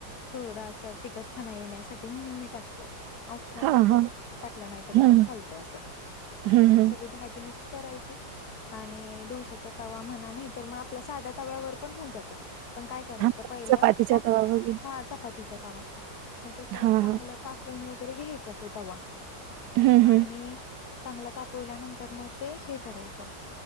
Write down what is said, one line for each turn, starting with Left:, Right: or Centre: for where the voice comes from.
Left: थोडं अस तिकटपणा येण्यासाठी ते म्हणून मी टाकते ऑप्शनल
Right: हा
Left: आहे
Right: हा
Left: तो टाकला नाही तरी
Right: हम्म
Left: पण चालतो अस
Right: हम्म हम्म.
Left: भाजी मिक्स करायची? आणि डोशाचा तवा म्हणा नाही तर मग आपला साध्या तव्यावर पण होऊन जातं. पण काय करायचं.
Right: हा
Left: पहिलं
Right: चपातीचा
Left: ताप
Right: तवा वगैरे
Left: हा चपातीचा तावा. मग त्याच्यावर
Right: हा हा
Left: चांगलं तापून वगैरे घ्यायचा तो तवा
Right: हम्म हम्म
Left: आणि, चांगलं तापवल्यानंतर मग ते हे करायचं